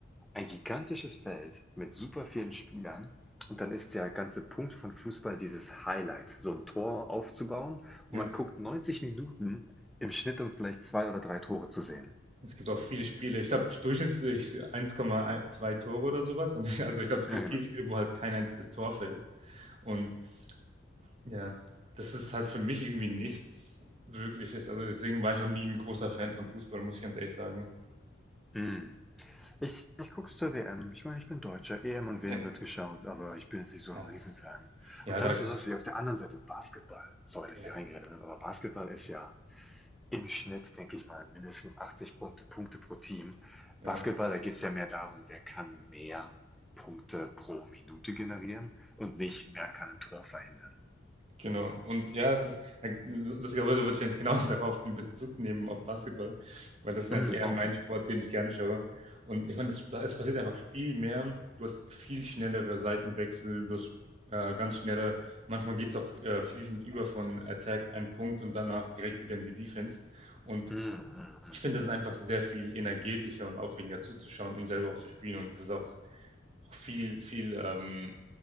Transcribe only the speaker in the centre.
ein gigantisches Feld mit super vielen Spielern. Und dann ist der ganze Punkt von Fußball dieses Highlight, so ein Tor aufzubauen.
Und man guckt 90 Minuten im Schnitt, um vielleicht zwei oder drei Tore zu sehen.
Ja,
genau.
Mm. Ich, ich guck's zur WM. Ich meine, ich bin Deutscher. EM und WM
wird geschaut, aber ich bin jetzt nicht so
ein Riesenfan.
Und dann
ist es so, dass ich auf der anderen Seite Basketball, sorry, dass
ich reingeredet habe, aber Basketball ist ja im Schnitt, denke ich mal, mindestens 80 Punkte, Punkte pro Team.
Basketball, da geht's ja mehr darum, wer kann mehr Punkte pro Minute generieren und nicht, wer kann ein Tor verhindern.
Mm,
oh,
okay.
Mm, mm.